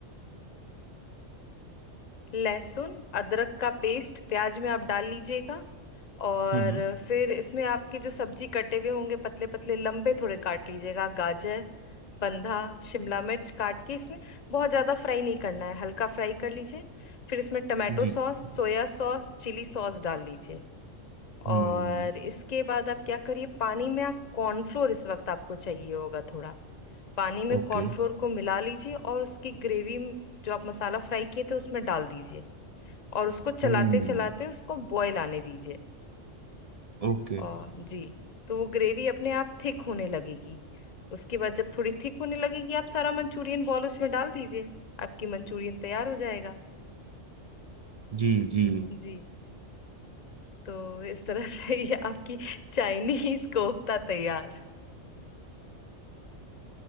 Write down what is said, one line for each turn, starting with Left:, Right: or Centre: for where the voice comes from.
Left: लहसुन अदरक का पेस्ट प्याज में आप डाल लीजिएगा और
Right: हम्म
Left: फिर इसमें आपके जो सब्जी कटे हुए होंगे पतले पतले लंबे थोड़े काट लीजिएगा गाजर बंधा शिमला मिर्च काट के इसमें बहुत ज्यादा फ्राई नहीं करना है हल्का फ्राई कर लीजिए फिर इसमें tomato
Right: जी जी
Left: sauce soya sauce chilli sauce डाल लीजिए
Right: हम्म
Left: और इसके बाद आप क्या करिए पानी में आप कॉर्नफ्लोर इस वक्त आपको चाहिए होगा थोड़ा पानी में
Right: ओके
Left: कॉर्नफ्लोर को मिला लीजिए और उसकी ग्रेवी म- जो आप मसाला फ्राई किए थे उसमें डाल दीजिए और उसको चलाते
Right: हम्म
Left: चलाते उसको बॉयल आने दीजिए
Right: ओके
Left: और जी तो वो ग्रेवी अपने आप थिक होने लगेगी उसके बाद जब थोड़ी थिक होने लगेगी आप सारा मंचूरियन बॉल उसमें डाल दीजिए आपकी मंचूरियन तैयार हो जाएगा
Right: जी जी
Left: जी तो इस तरह से <laughs> ये आपकी चाइनीज कोफ्ता तैयार